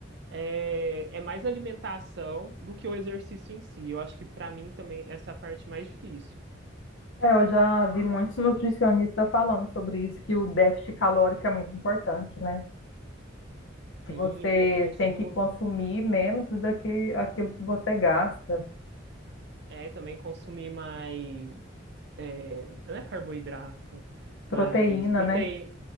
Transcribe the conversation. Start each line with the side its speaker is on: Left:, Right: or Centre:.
Right: é, é mais alimentação do que o exercício em si. Eu acho que para mim também essa é a parte mais difícil.
Left: É, eu já vi muitos nutricionistas falando sobre isso, que o déficit calórico é muito importante, né? Que
Right: Sim,
Left: você
Right: o co- consumo
Left: tem que consumir menos do que aquilo que você gasta,
Right: É, também consumir mais, é, não é carboidrato,
Left: proteína,
Right: mas proteína,
Left: né?